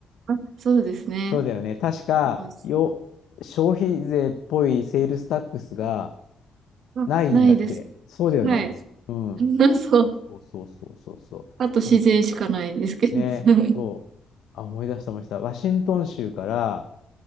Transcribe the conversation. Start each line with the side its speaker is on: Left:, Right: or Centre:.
Right: あ、そうですね。
Left: そうだよね。確か、
Right: もう
Left: よ、消費税っぽいセールスタックスが
Right: あ、
Left: ないんだっけそうだよね。
Right: ないです。はい。
Left: うん。
Right: <laughs> そう。
Left: そうそうそうそうそう。
Right: あと自然しかないんですけど。
Left: うん、ね、
Right: <laughs>
Left: そう。あ、思い出した思い出した。ワシントン州から